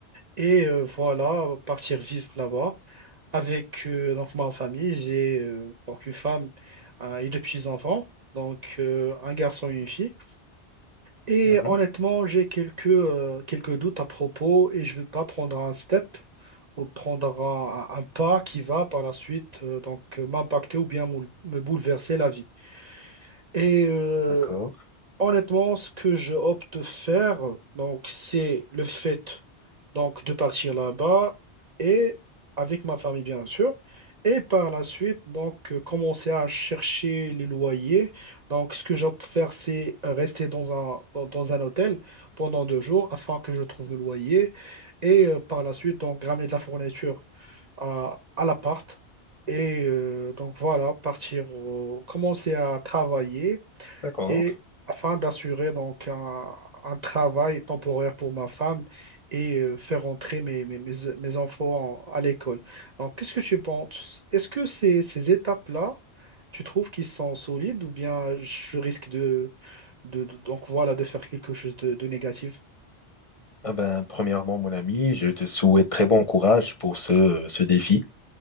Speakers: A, on the right; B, on the left.
A: et euh, voilà partir vivre là-bas. Avec euh, donc ma famille, j'ai euh, donc une femme euh, et deux petits-enfants, donc euh, un garçon et une fille. Et
B: Mhm,
A: honnêtement, j'ai quelques, euh, quelques doutes à propos et je veux pas prendre un step ou prendre un, un pas qui va par la suite euh, donc euh, m'impacter ou bien moul- me bouleverser la vie. Et euh,
B: d'accord,
A: Honnêtement, ce que je opte de faire, donc, c'est le fait donc, de partir là-bas et avec ma famille, bien sûr. Et par la suite, donc, euh, commencer à chercher les loyers. Donc, ce que j'opte de faire, c'est rester dans un, dans dans un hôtel pendant deux jours afin que je trouve le loyer. Et euh, par la suite, donc, ramener de la fourniture à, à l'appart. Et euh, donc, voilà, partir, au- commencer à travailler
B: d'accord.
A: et afin d'assurer donc un, un travail temporaire pour ma femme et euh, faire entrer mes, mes, mes, mes enfants en- à l'école. Donc, qu'est-ce que tu penses? Est-ce que ces, ces étapes-là, tu trouves qu'ils sont solides ou bien je risque de, de, de- donc voilà, de faire quelque chose de, de négatif?
B: Ah ben, premièrement, mon ami, je te souhaite très bon courage pour ce, ce défi.